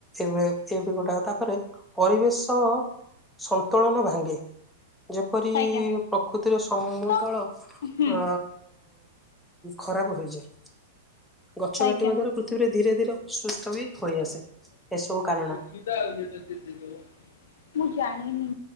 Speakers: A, in the centre; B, on the left.
A: ଏବେ ଏବେ ଗୁଟାକ ତାପରେ ପରିବେଶ ସନ୍ତୁଳନ ଭାଙ୍ଗେ। ଯେପରି
B: ଆଜ୍ଞା
A: ପ୍ରକୃତିର ସମତଳ
B: ତ ହୁଁ
A: ଅ ଖରାପ ହୋଇଯାଏ। ଗଛ
B: ଆଜ୍ଞା
A: କାଟିବା ଦ୍ଵାରା ପୃଥିବୀରେ ଧୀରେ ଧୀରେ ଅସୁସ୍ଥ ବି ହୋଇ ଆସେ ଏସବୁ କାରଣ।
B: କିତେ ଆଉଛି ତ ସେ <unintelligible> ମୁଁ ଜାଣିନି